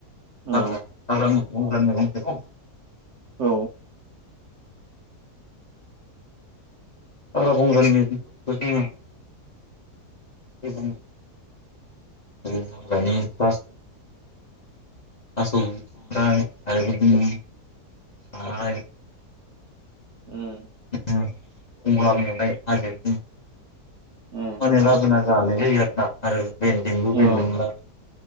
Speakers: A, on the right; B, on the left.
A: औ
B: हाग्रा बंग्रानि मैगं थाइगं।
A: औ
B: हाग्रा बंग्रानि मैगंफोरखौथ' जोङो मोनो हाग्रानि थ्ला' थासौ थाय आरो बिदिनो खानाय
A: ओम।
B: गंग्ला मेववाय हाजोनि। माने
A: उम
B: लाबोनानै। जानाय जायो आरो ना आरो बेन्दोंबो
A: औ
B: बेन्दोंब्ला